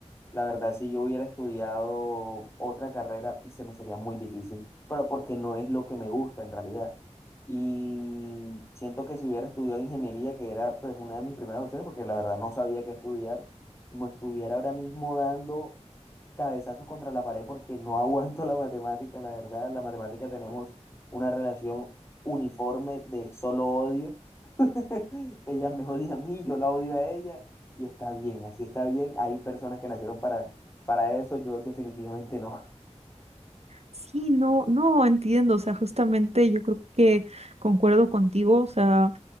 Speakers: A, on the left; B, on the right.
A: La verdad, si yo hubiera estudiado otra carrera, se me sería muy difícil, pero porque no es lo que me gusta en realidad. Y siento que si hubiera estudiado ingeniería, que era pues una de mis primeras opciones, porque la verdad no sabía qué estudiar, como estuviera ahora mismo dando cabezazos contra la pared porque no <laughs> aguanto la matemática, la verdad, la matemática tenemos una relación uniforme de solo odio. <laughs> Ella me odia a mí, yo la odio a ella y está bien, así está bien. Hay personas que nacieron para, para eso, yo definitivamente no.
B: Sí, no, no entiendo, o sea, justamente yo creo que concuerdo contigo, o sea,